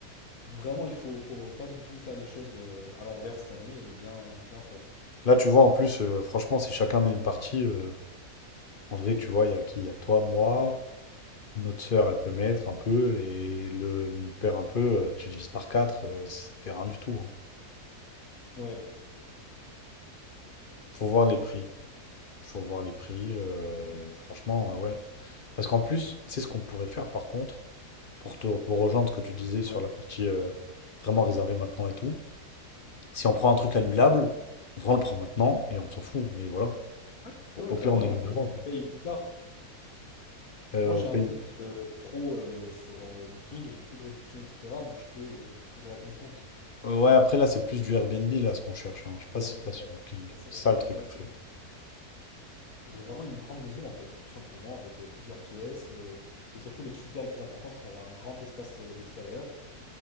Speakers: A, on the left; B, on the left.
A: Donc vraiment, il faut, faut pas du tout faire les choses euh, à l'envers cette année et bien, bien faire.
B: Là, tu vois, en plus, euh, franchement, si chacun met une partie, euh, en vrai, tu vois, il y a qui? Il y a toi, moi, notre sœur, elle peut mettre un peu, et le, le père un peu, euh, tu divises par quatre, euh, ça te fait rien du tout. hein.
A: Ouais,
B: Faut voir les prix. Faut voir les prix, euh, et franchement, euh, ouais. Parce qu'en plus, tu sais ce qu'on pourrait faire par contre, pour te, pour rejoindre ce que tu disais sur
A: ouais,
B: la partie euh, vraiment réservée maintenant et tout, si on prend un truc annulable, on prend- on le prend maintenant et on s'en fout. Mais voilà,
A: ouais,
B: au,
A: ouais, ouais,
B: au
A: clairement.
B: pire, on annule
A: Et un truc
B: l'avant,
A: que tu
B: quoi.
A: payes plus tard.
B: Euh,
A: Moi, j'ai
B: au pays.
A: un compte euh, pro euh, sur euh, Booking et j'ai beaucoup de réductions, etc. Donc je peux euh, faire ça avec mon compte.
B: Euh, ouais, après là, c'est plus du Airbnb là ce qu'on cherche. hein. Je sais pas
A: Ouais,
B: si
A: c'est
B: t'as sur
A: vrai.
B: Booking.
A: Ouais, c'est
B: C'est
A: vrai.
B: ça le truc
A: Ouais,
B: en
A: c'est
B: fait.
A: faudrait vraiment une grande maison en fait, hein, tout simplement, avec euh, plusieurs pièces. euh, et surtout, les critères les plus importants seraient un grand espace euh, d'extérieur,